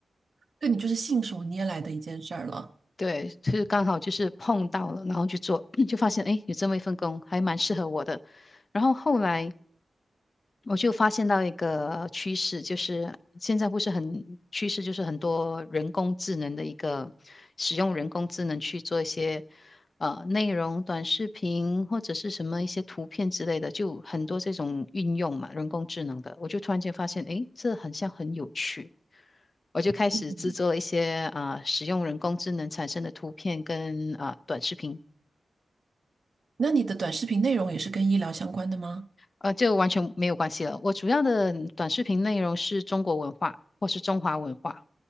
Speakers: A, on the right (about 50°); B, on the left (about 40°).
A: 对你就是信手拈来的一件事儿了，
B: 对，就是刚好就是碰到了，然后去做，<clears throat> 就发现哎，诶有这么一份工还蛮适合我的。然后后来我就发现到一个趋势，就是现在不是很趋势，就是很多人工智能的一个使用人工智能去做一些呃内容、短视频或者是什么一些图片之类的，就很多这种运用嘛，人工智能的，我就突然间发现，哎，这很像很有趣。我就开始制作一些啊、
A: 嗯，
B: 呃使用人工智能产生的图片跟啊、呃短视频，
A: 那你的短视频内容也是跟医疗相关的吗？
B: 呃，就完全没有关系了。我主要的嗯短视频内容是中国文化或是中华文化，